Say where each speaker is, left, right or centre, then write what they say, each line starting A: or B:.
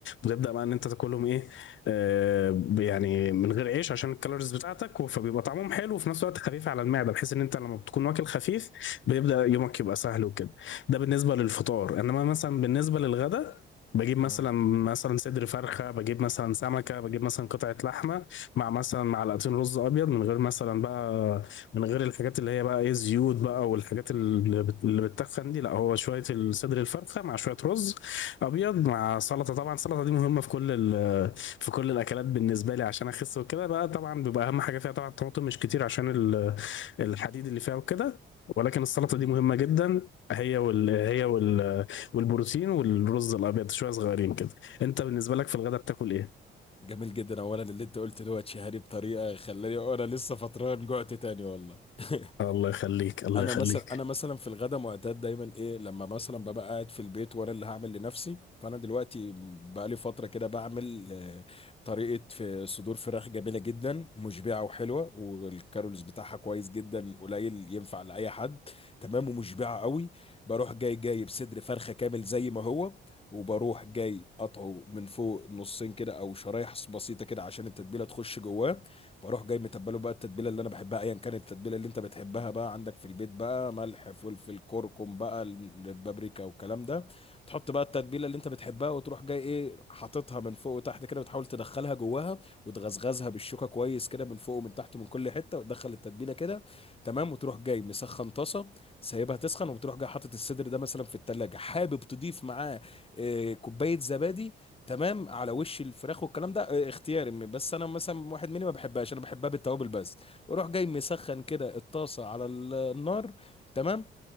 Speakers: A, on the left; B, on the left.
A: وتبدا بقى ان انت تاكلهم ايه آه يعني من غير عيش عشان الكالوريز بتاعتك فبيبقى طعمهم حلو وفي نفس الوقت خفيف على المعده بحيث ان انت لما بتكون واكل خفيف بيبدا يومك يبقى سهل وكده ده بالنسبه للفطار انما مثلا بالنسبه للغدا بجيب مثلا
B: اه
A: مثلا صدر فرخه بجيب مثلا سمكه بجيب مثلا قطعه لحمه مع مثلا معلقتين رز ابيض من غير مثلا بقى من غير الحاجات اللي هي بقى ايه زيوت بقى والحاجات اللي بت- اللي بتتخن دي لا هو شويه الصدر الفرخه مع شويه رز ابيض مع سلطه طبعا السلطه دي مهمه في كل ال- في كل الاكلات بالنسبه لي عشان اخس وكده بقى طبعا بيبقى اهم حاجه فيها طبعا الطماطم مش كتير عشان ال- الحديد اللي فيها وكده ولكن السلطه
B: جميل
A: دي مهمه جدا هي وال هي وال والبروتين والرز الابيض شويه صغيرين كده انت بالنسبه لك في الغداء بتاكل ايه
B: جميل جدا اولا اللي انت قلت دوت شهري بطريقة خلاني انا لسه فطران جوعت تاني والله <laughs>
A: الله يخليك الله
B: انا
A: يخليك
B: مثلا انا مثلا في الغدا معتاد دايما ايه لما مثلا ببقى قاعد في البيت وانا اللي هعمل لنفسي فانا دلوقتي بقالي فتره كده بعمل آه، طريقه في صدور فراخ جميله جدا مشبعه وحلوه والكارولز بتاعها كويس جدا قليل ينفع لاي حد تمام ومشبعه قوي بروح جاي جايب صدر فرخه كامل زي ما هو وبروح جاي قطعه من فوق نصين كده او شرايح بسيطه كده عشان التتبيله تخش جواه فاروح جاي متبله بقى التتبيله اللي انا بحبها ايا كانت التتبيله اللي انت بتحبها بقى عندك في البيت بقى ملح فلفل كركم بقى البابريكا والكلام ده تحط بقى التتبيله اللي انت بتحبها وتروح جاي ايه حاططها من فوق وتحت كده بتحاول تدخلها جواها وتغزغزها بالشوكه كويس كده من فوق ومن تحت من كل حته وتدخل التتبيله كده تمام وتروح جاي مسخن طاسه سايبها تسخن وبتروح جاي حاطط الصدر ده مثلا في التلاجة حابب تضيف معاه آه، كوبايه زبادي تمام على وش الفراخ والكلام ده آه، اختياري م- بس انا مثلا واحد مني ما بحبهاش انا بحبها بالتوابل بس بروح جاي مسخن كده الطاسه على ال- النار تمام